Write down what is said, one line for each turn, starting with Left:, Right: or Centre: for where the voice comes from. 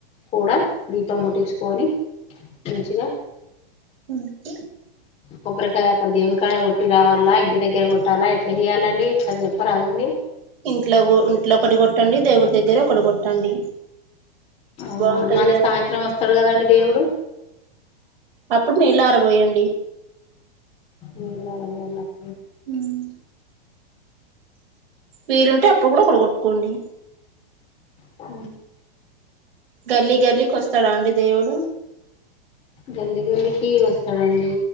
Left: కూడా దీపం ముట్టించు కోని మంచిగా
Right: ఉక
Left: కొబ్బరికాయ అక్కడ దేవునికాడ కొట్టి రావాలా ఇంటి దగ్గర కొట్టాలా ఎట్లా చెయ్యాలండి ఓసారి చెప్పరాదండి
Right: ఇంట్లో ఇంట్లో ఒకటి కొట్టండి దేవుడి దగ్గర ఒకటి కొట్టండి
Left: అవునా
Right: బాగుంటది
Left: మళ్ళ
Right: కదా
Left: సాయంత్రం వస్తడు కదండి దేవుడు
Right: అప్పుడు నీల్లరబోయండి
Left: నలా ఆడపోయాల
Right: ఉమ్ వీలుంటే అప్పుడు కూడ ఒకటి కొట్టుకోండి
Left: హ
Right: గల్లీ గల్లికి వస్తాడా అండి దేవుడు
Left: గల్లి గల్లికి వస్తాడండి